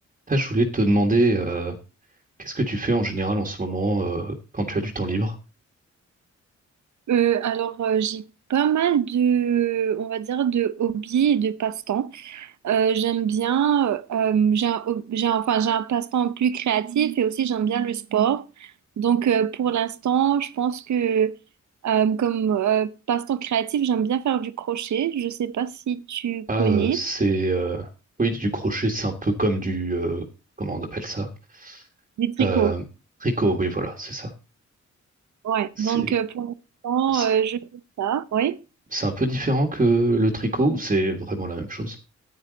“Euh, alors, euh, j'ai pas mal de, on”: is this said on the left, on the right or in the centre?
Right